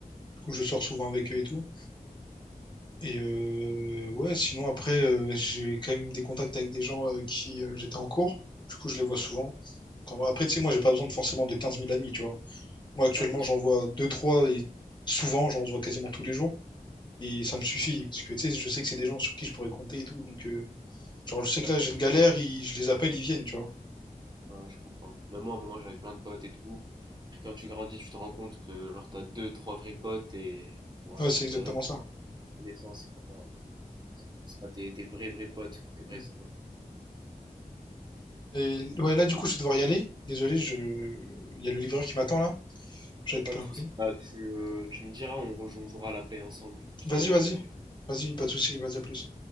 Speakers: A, on the left; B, on the right.
A: Du coup je sors
B: Mhm.
A: souvent avec eux et tout. Et euh, ouais, sinon après, euh, j'ai quand même des contacts avec des gens euh, qui euh, j'étais en cours. Du coup, je les vois souvent. Quand- Après, tu sais, moi, j'ai pas besoin de forcément de 15 000 amis, tu vois. Moi, actuellement,
B: Ouais, bien sûr,
A: j'en vois deux trois et souvent, j'en vois quasiment tous les jours. Et ça me suffit, parce que tu sais, je sais que c'est des gens sur qui je pourrais compter et tout. Donc, euh, genre,
B: ouais,
A: je
B: je
A: sais
B: suis d'accord.
A: que là, j'ai une galère, ils- je les appelle, ils viennent, tu vois.
B: Ouais, ouais, je comprends. Même moi, à un moment, j'avais plein de potes et tout. Après, quand tu grandis, tu te rends compte que, genre, t'as deux, trois vrais potes et voilà,
A: Ouais, c'est
B: tu
A: exactement
B: vas le
A: ça.
B: Des fois, c'est pas, c'est- c'est pas tes, tes vrais, vrais potes. Tes vrais...
A: Ouais.
B: sans-
A: Et ouais, là, du coup, je vais devoir y aller. Désolé, je... il y a le livreur qui m'attend là. Je récupère
B: pas de
A: un
B: soucis.
A: colis.
B: Bah, tu, euh, tu me diras, on, rejou- on jouera à la play ensemble. Je
A: Vas-y,
B: t'enverrai
A: vas-y.
B: un lien.
A: Vas-y, pas de souci, vas-y, à plus.